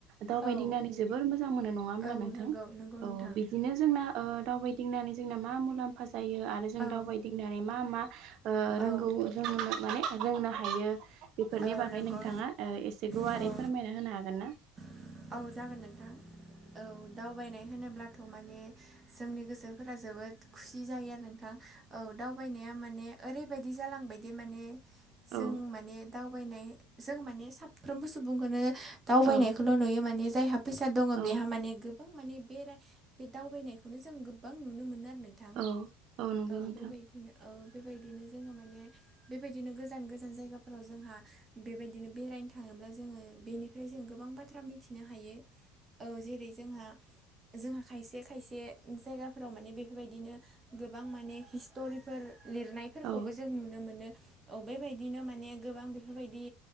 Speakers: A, on the right (about 50°); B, on the right (about 30°).
A: दावबायदिंनानै
B: औ
A: जोबोर मोजां मोनो नङा होमब्ला
B: औ
A: नोंथां
B: नंगौ नंगौ
A: औ
B: नोंथां
A: बिदिनो जोंना ओ दावबायदिंनानै जोंना मा मुलाम्फा जायो आरो जों
B: औ
A: दावबायदिंनानै मा मा ओ रोंगौ
B: औ
A: रों माने रोंनो हायो बेफोरनि
B: औ
A: बागै
B: नंगौ
A: नोंथाङा एसे गुवारै
B: औ
A: फोरमायना होनो हागोन ना
B: औ जागोन नोंथां औ दावबायनाय होनोब्लाथ' माने जोंनि गोसोफोरा जोबोद खुसि जायो आरो नोंथां औ दावबायनाया माने ओरैबायदि जालांबायदि माने जों
A: औ
B: माने दावबायनाय जों माने साफ्रोमबो सुबुंखौनो दावबायनायखौल'
A: औ
B: नुयो माने जायहा फैसा दङ
A: औ
B: बेहा माने गो बां माने बे बे दावबायनायखौनो जों गोबां नुनो मोनो आरो नों थां
A: औ नंगौ
B: औ
A: नोंथां
B: बेबायदि ओ बेबायदिनो जोङो माने बेबायदिनो गोजान गोजान जायगाफोराव जोंहा बेबायदिनो बेरायनो थाङोब्ला जोङो बेनिफ्राय जों गोबां बाथ्रा मिथिनो हायो औ जेरै जोंहा जोंहा खायसे खायसे जायगाफोराव माने बेफोरबायदिनो गोबां माने हिस्ट'रिफोर लिरनायफोरखौबो
A: औ
B: जों नुनो मोनो औ बेबायदिनो माने गोबां बेफोरबायदि